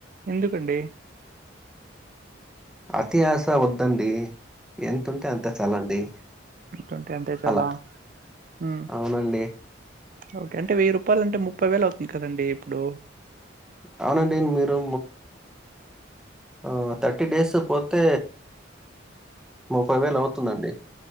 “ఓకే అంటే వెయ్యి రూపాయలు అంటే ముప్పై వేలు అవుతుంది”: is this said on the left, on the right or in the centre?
Right